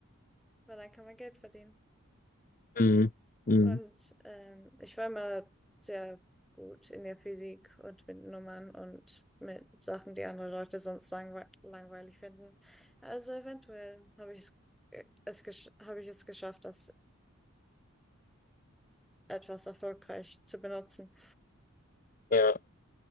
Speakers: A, in the centre; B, on the left.
A: weil dann kann man Geld verdienen.
B: Mhm. Mhm.
A: Und ähm, ich war immer sehr gut in der Physik und mit Nummern und mit Sachen, die andere Leute sonst langwe langweilig finden. Also eventuell habe ich es, äh, es gesch- habe ich es geschafft, das etwas erfolgreich zu benutzen.
B: Ja.